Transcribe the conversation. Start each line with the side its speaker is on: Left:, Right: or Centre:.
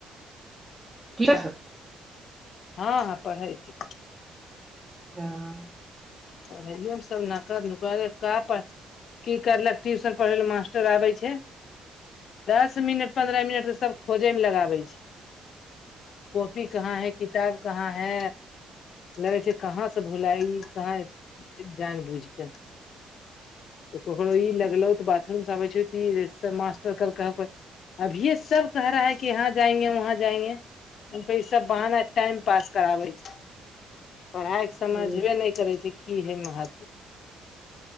Right: ठीक
Left: हँ हँ पढ़ै छी
Right: हँ
Left: पढ़यो सब नाकर नुकर का पर की करलक ट्यूशन पढ़वे लऽ मास्टर आबे छै दस मिनट पन्द्रह मिनट तऽ सब खोजेमे लगाबै छै कॉपी कहाँ है किताब कहाँ है लगै छै कहाँ से भुलाई कहाँ जान बुझ केऽ तऽ ककरो ई लगलो तऽ बाथरूम से अबे छै बड़ी लेट सँ त मास्टर काइल खुना कहे अभिये सब कह रहा है कि यहाँ जाएंगे वहाँ जाएंगे हमको सब बहाना टाइम पास कराबै छै पढ़ाइ समझबे
Right: ह
Left: नहि करै छै की हेय महत्त्व